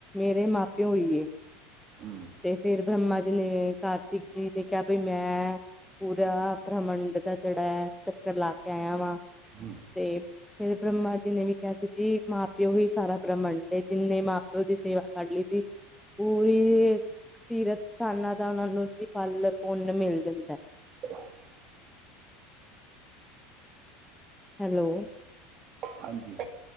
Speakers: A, in the centre; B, on the right.
A: ਰੇ ਮਾਂ ਪਿਓ ਈ ਏ।
B: ਹੂੰ
A: ਤੇ ਫੇਰ ਬ੍ਰਹਮਾ ਜੀ ਨੇ ਕਾਰਤਿਕ ਜੀ ਨੇ ਕਿਆ ਬਈ ਮੈਂ ਪੂਰਾ ਬ੍ਰਮੰਡ ਦਾ ਜਿਹੜਾ ਐ ਚੱਕਰ ਲਾ ਕੇ ਆਇਆ ਵਾਂ
B: ਹੂੰ
A: ਤੇ ਫੇਰ ਬ੍ਰਹਮਾ ਜੀ ਨੇ ਵੀ ਕਿਆ ਸੀ ਜੀ ਮਾਂ ਪਿਓ ਹੀ ਸਾਰਾ ਬ੍ਰਾਹਮੰਡ ਏ, ਜਿੰਨੇ ਮਾਂ ਪਿਓ ਦੀ ਸੇਵਾ ਕਰ ਲਈ ਜੀ। ਪੂਰੀ ਤੀਰਥ ਸਥਾਨਾਂ ਦਾ ਉਹਨਾ ਨੂੰ ਜੀ ਫਲ, ਪੁੰਨ ਮਿਲ ਜਾਂਦਾ।
B: <inaudible>
A: ਹੈਲੋ
B: ਹਾਂਜੀ।